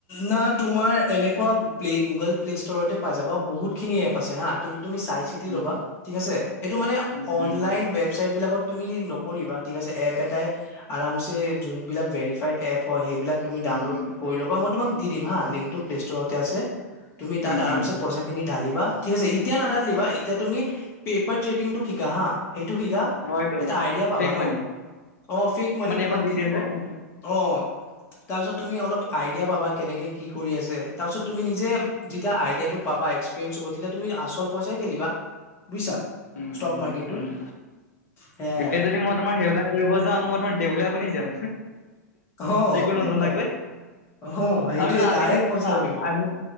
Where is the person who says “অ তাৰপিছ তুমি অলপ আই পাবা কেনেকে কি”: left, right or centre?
Left